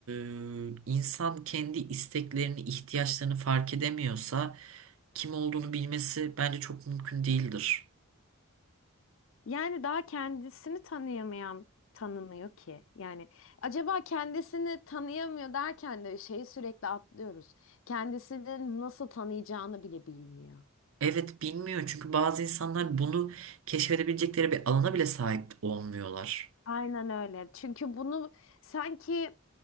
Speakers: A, on the right; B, on the left.
A: e, insan kendi isteklerini, ihtiyaçlarını fark edemiyorsa kim olduğunu bilmesi bence çok mümkün değildir.
B: Yani daha kendisini tanıyamayan tanımıyor ki. Yani acaba kendisini tanıyamıyor derken de şeyi sürekli atlıyoruz. Kendisini nasıl tanıyacağını bile bilmiyor.
A: Evet bilmiyor çünkü bazı insanlar bunu keşfedebilecekleri bir alana bile sahip olmuyorlar.
B: Aynen öyle. Çünkü bunu sanki